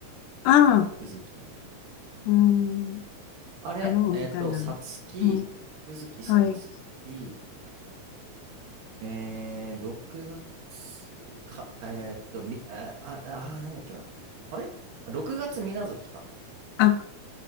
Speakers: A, on the left; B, on the right.
A: ああ、
B: うずき。
A: うーん。
B: あれ、
A: 卵みたいなの。
B: えっと、さつき、
A: うん。
B: うずきさつき、
A: はい。
B: えー、6月か、えっと、み、あ、あ、あ、なんだっけな。あれ ?6 月みな月か。
A: あ